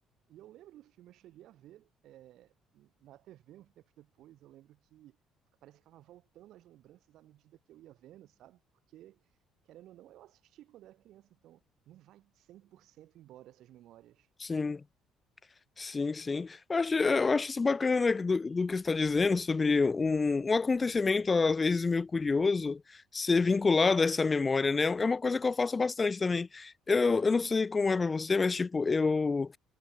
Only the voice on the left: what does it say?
Sim. Sim, sim. Eu acho, eu acho isso bacana né, do, do que você está dizendo sobre um, um acontecimento, às vezes meio curioso, ser vinculado a essa memória, né? É uma coisa que eu faço bastante também. Eu, eu não sei como é para você, mas, tipo, eu